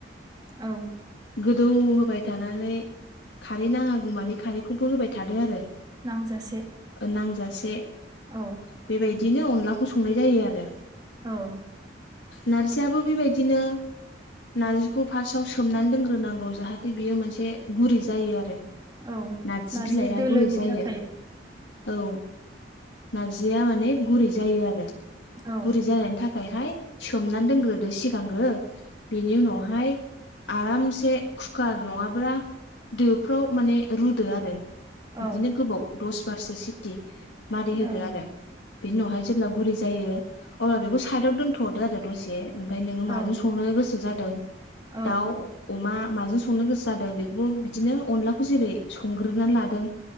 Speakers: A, on the right (about 20°); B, on the left (about 75°).
A: औ
B: गोदौ होबाय थानानै खारै नाङागौमानि खारैखौबो होबाय थादो आरो
A: नांजासे
B: नांजासे
A: औ
B: बेबायदिनो अनलाखौ संनाय जायो आरो।
A: औ
B: नारजियाबो बेबायदिनो नारजिखौ फार्स्टआव सोमनानै दोनग फोरांगौ जाहाथे बियो मोनसे गुरै जायो आरो
A: औ
B: नारजि बिलाइआ
A: दोलोनि
B: गुरै जायो
A: थाखाय
B: औ नारजिया माने गुरै जायो आरो
A: औ
B: गुरै जानायनि थाखायहाय सोमनानै दोनग्रोदो सिगांग्रो बेनि उनावहाय आरामसे एसे कुकार नङाब्ला दोफ्राव माने रुदो आरो
A: औ
B: बिदिनो गोबाव दस बारसो सिटि मारि होदो
A: औ
B: आरो बेनि उनावहाय जेब्ला गुरै जायो अब्ला बेखौ साइदाव दोन्थ'हरदो आरो दसे ओमफफ्राय नोङो
A: औ
B: माजों संनो गोसो जादों
A: औ
B: दाउ अमा माजों संनो गोसो जादों बेखौबो बिदिनो अनलाखौ जेरै संग्रोनानै लादों।